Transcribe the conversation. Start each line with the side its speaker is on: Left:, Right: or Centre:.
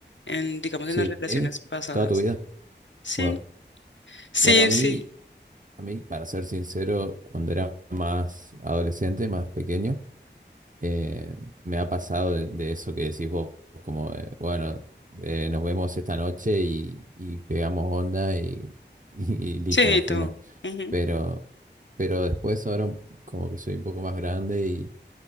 Left: en, digamos,
Right: Sí,
Left: en las relaciones
Right: ¿eh?
Left: pasadas.
Right: toda tu vida.
Left: Sí,
Right: Wow.
Left: sí,
Right: Bueno, a mí,
Left: sí,
Right: a mí, para ser sincero, cuando era más adolescente, más pequeño, eh, me ha pasado de, de eso que decís vos, como, eh, bueno, eh, nos vemos esta noche y, y pegamos onda y, <laughs> y y listo,
Left: sí,
Right: nos
Left: y todo.
Right: fuimos.
Left: Ujú,
Right: Pero, pero después ahora como que soy un poco más grande y,